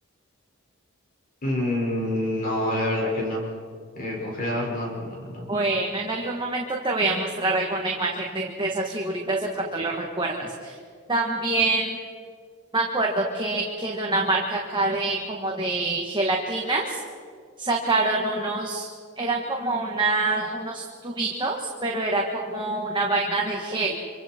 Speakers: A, on the left; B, on the right.
A: Mm, no, la verdad que no. En el congelador, no, no, no, no. no.
B: Bueno, en algún momento te voy a mostrar alguna imagen de, de esas figuritas, de pronto lo recuerdas. También. Me acuerdo que, que de una marca acá de como de gelatinas sacaron unos, eran como una, unos tubitos, pero era como una vaina de gel